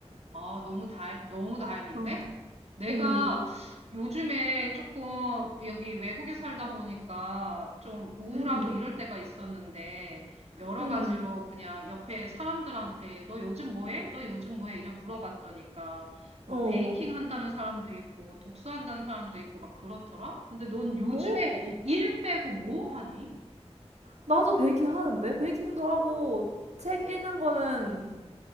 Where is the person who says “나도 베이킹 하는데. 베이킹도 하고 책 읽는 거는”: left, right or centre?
Right